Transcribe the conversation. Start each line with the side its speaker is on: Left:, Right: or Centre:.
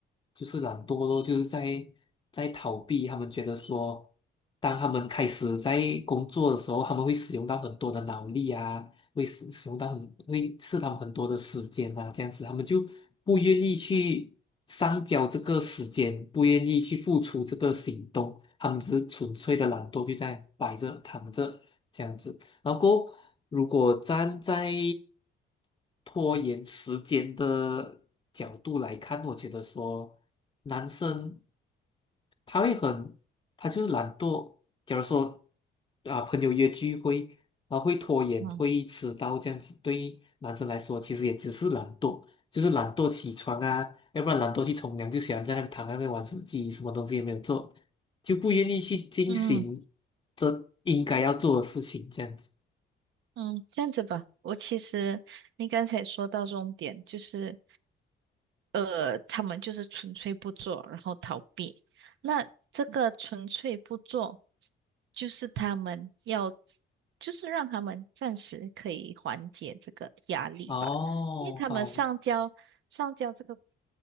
Left: 就是懒惰咯，就是在在逃避。他们觉得说，当他们开始在工作的时候，他们会使用到很多的脑力啊，会使使用到很会吃他们很多的时间啊，这样子他们就不愿意去上交这个时间，不愿意去付出这个行动，他们只是纯粹的懒惰，就在摆着躺着这样子。然后过后如果站在拖延时间的角度来看，我觉得说男生他会很，他就是懒惰。假如说啊，朋友约聚会啊，会拖延，
Right: 嗯
Left: 会迟到这样子，对于男生来说，其实也只是懒惰，就是懒惰起床啊，要不然懒惰去冲凉，就喜欢在那边躺在那边玩手机，什么东西也没有做，就不愿意去进行
Right: 嗯
Left: 这应该要做的事情，这样子。
Right: 嗯，嗯这样子吧。我其实你刚才说到重点，就是呃，他们就是纯粹不做，然后逃避。那这个纯粹不做，就是他们要，就是让他们暂时可以缓解这个压力吧，
Left: 哦，
Right: 因为他们上交上交这个
Left: 好，